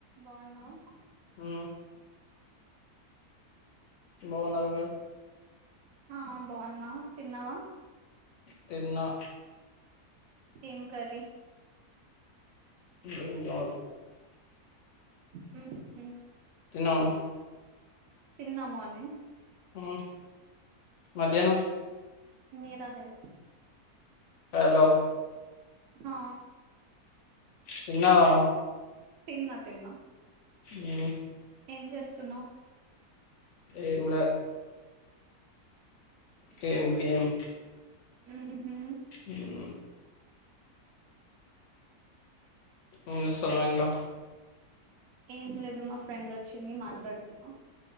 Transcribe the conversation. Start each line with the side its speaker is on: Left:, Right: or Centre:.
Right: బాగున్నావా?
Left: మ్ బాగున్నారా మీరు
Right: ఆ బాగున్నా. తిన్నావా?
Left: తిన్నా
Right: ఏం కర్రీ?
Left: బ్రింజాల్
Right: మ్ హూ
Left: తిన్నావా నువ్వు?
Right: తిన్నా మార్నింగ్.
Left: మ్ మధ్యాహ్నం.
Right: మీరాస్ యగో
Left: హలో
Right: మ్
Left: తిన్నావా?
Right: తిన్నా తిన్నా
Left: హ్మ్
Right: ఏం చేస్తున్నావు?
Left: ఏం లా గేమ్ గేమ్
Right: హ్మ్
Left: మ్ ఏం చేస్తున్నారు.
Right: ఏం లేదు మా ఫ్రెండ్ వచ్చింది మాట్లాడుతున్నా.